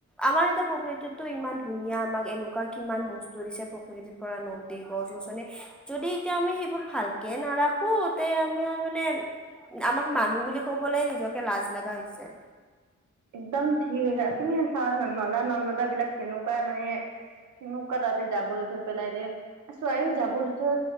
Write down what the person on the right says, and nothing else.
একদম ঠিক আছে তুমি চোৱানা নলা নৰ্মদা বিলাক কেনেকুৱা মানে কেনেকুৱা তাতে যাবৰ-যথৰ পেলাই দেই, চোৱা যাবৰ-যথৰ